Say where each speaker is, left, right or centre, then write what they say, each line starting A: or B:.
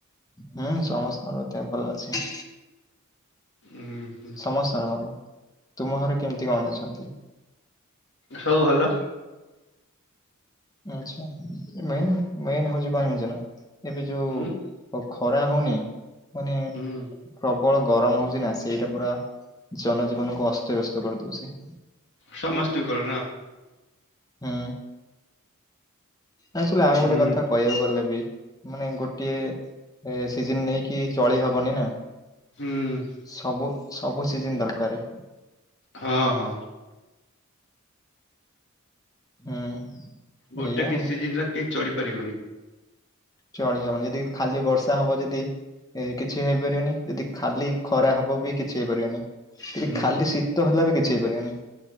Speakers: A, on the left; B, on the left.
A: ହୁଁ ସମସ୍ତଙ୍କର ଦେହ ଭଲ ଅଛି।
B: ଉଁ
A: ସମସ୍ତଙ୍କର ଭଲ ତୁମ ଘରେ କେମତି କଣ ଅଛନ୍ତି?
B: ସବୁ ଭଲ।
A: ଆଛା ମେନ୍ ମେନ୍ ହଉଚି କଁ ଜାଣିଚ ନା ଏବେ ଯୋଉ
B: ହୁଁ।
A: ଓ ଖରା ହଉନି ମାନେ
B: ହୁଁ
A: ପ୍ରବଳ ଗରମ ହଉଚି ନା ସେଇଟା ପୁରା ଜନଜୀବନକୁ ଅସ୍ତବ୍ୟସ୍ତ କରିଦଉଛି।
B: ସମସ୍ତିଙ୍କର ନା।
A: ହୁଁ। ନାଇଁ ଶୁଲୁ ଆଉ
B: ହୁଁ
A: ଗୋଟେ କଥା କହିଆକୁ ଗଲେ ବି ମାନେ ଗୋଟିଏ ଏ ସିଜନ୍ ନେଇକି ଚଳି ହବନି ନା।
B: ହୁଁ।
A: ସବୁ ସବୁ ସିଜନ୍ ଦରକାର
B: ହଁ ହଁ
A: ହୁଁ
B: ଗୋଟେ
A: ଏଇଆ
B: କି
A: ଆଉ।
B: ସିଜିନରେ କେହି ଚଢି ପାରିବନି
A: ଚଳି ହବନି ଯଦି ଖାଲି ବର୍ଷା ହବ ଯଦି ଏ କିଛି ହେଇପାରିବନି ଯଦି ଖାଲି ଖରା ହବ ବି କିଛି ହେଇପାରିବନି। କି
B: ହୁଁ
A: ଖାଲି ଶୀତ ହେଲା ବି କିଛି ହେଇପାରିବନି